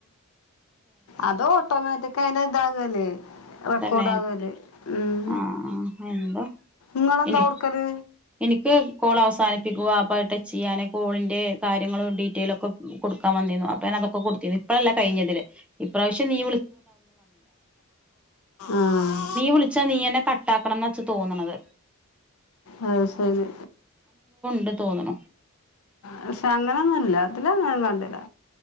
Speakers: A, on the left; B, in the centre.
A: അതോ ഓട്ടോമാറ്റിക് <unintelligible> റെക്കോഡ്
B: തന്നെ
A: ആകുകല് ഉം
B: ആ എന്തോ
A: ങ്ങളെന്താ
B: എനി
A: കൊടുക്കല്.
B: എനിക്ക് കോൾ അവസാനിപ്പിക്കുക അപ്പൊ <unintelligible> ചെയ്യാനെ കോളിന്റെ കാര്യങ്ങളും ഡീറ്റെയിലൊക്കെ കൊടുക്കാൻ വന്നേന്ന് <unintelligible> അതൊക്കെ കൊടുത്തേന്ന് ഇപ്പഴല്ല കഴിഞ്ഞതില് ഇപ്രാവശ്യം. നീ
A: ആഹ്
B: വിളിച്ചാ നീ എന്നെ കട്ടാക്കണംന്ന് ച്ച് തോന്നണത്.
A: ഓ അത് ശരി
B: ണ്ട് തോന്ന്ണ്
A: പക്ഷെ അങ്ങനൊന്നും ഇല്ല പിന്നെ ഞാൻ കണ്ടില്ല